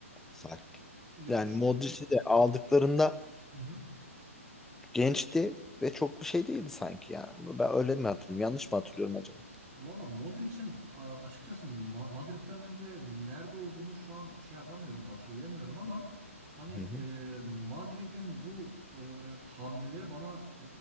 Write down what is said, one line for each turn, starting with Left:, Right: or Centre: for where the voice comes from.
Centre: Sanki.
Right: ya
Centre: Yani
Right: şu,
Centre: Modric'i de aldıklarında
Right: Hı hı.
Centre: gençti ve çok bir şey değildi sanki ya. Ben öyle mi hatırlıyorum? Yanlış mı hatırlıyorum acaba?
Right: Valla Modric'in a- açıkçası Ma- Madrid'den önce nerede olduğunu şu an şey yapamıyorum, hatırlayamıyorum ama hani e,
Centre: Hı hı.
Right: Madrid'in bu e, hamleleri bana